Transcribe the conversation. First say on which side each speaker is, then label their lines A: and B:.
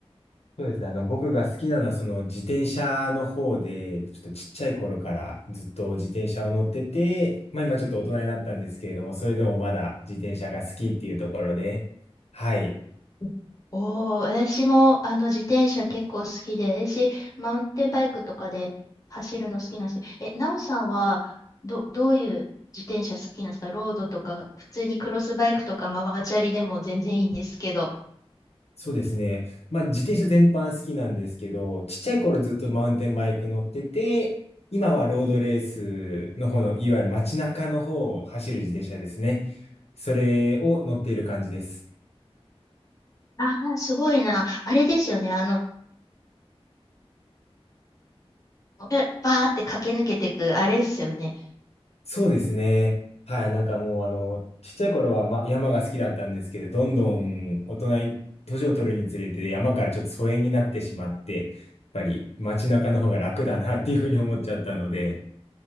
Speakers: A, on the left (about 85°); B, on the left (about 30°).
A: そうですね。あの、僕が好きなのは、その自転車の方で、ちょっとちっちゃい頃からずっと自転車を乗ってて、まあ今ちょっと大人になったんですけれども、それでもまだ自転車が好きっていうところで、はい。
B: うんおー、私も、あの、自転車結構好きで、私、マウンテンバイクとかで走るの好きなんですけど、え、なおさんはど、どういう自転車好きなんですかロードとか、普通にクロスバイクとかママチャリでも全然いいんですけど。
A: そうですね。まあ自転車全般好きなんですけど、ちっちゃい頃ずっとマウンテンバイク乗ってて、今はロードレースの方の、いわゆる街中の方を走る自転車ですね。それを乗っている感じです。
B: ああ、すごいな。あれですよね。あの、えバーって駆け抜けてく、あれですよね。
A: そうですね。はい。なんかもう、あの、ちっちゃい頃は、ま、山が好きだったんですけど、どんどん大人に、年を取るにつれて、山からちょっと疎遠になってしまって、やっぱり街中の方が楽だなっていうふうに思っちゃったので。